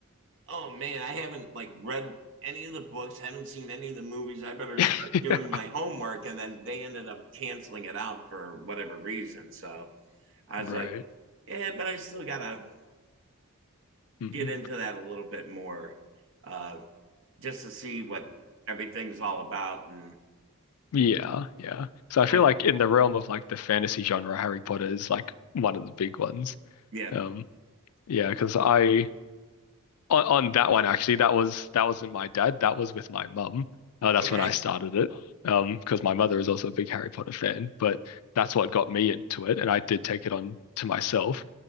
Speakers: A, on the right; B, on the left.
A: oh man, I haven't like read any of the books, haven't seen any of the movies. I better
B: <laughs>
A: start doing
B: yeah.
A: my homework. And then they ended up canceling it out for whatever reason. So I
B: Right.
A: was like, yeah, but I still got to
B: Mm.
A: get into that a little bit more uh, just to see what everything's all about. And
B: Yeah, yeah. So I
A: like,
B: feel like in the realm of like the fantasy genre, Harry Potter is like one of the big ones.
A: yeah,
B: Um, yeah, because I on, on that one actually, that was that wasn't my dad, that was with my mum. Uh, that's
A: okay,
B: when I started it. Um, because my mother is also a big Harry Potter fan, but that's what got me into it, and I did take it on to myself.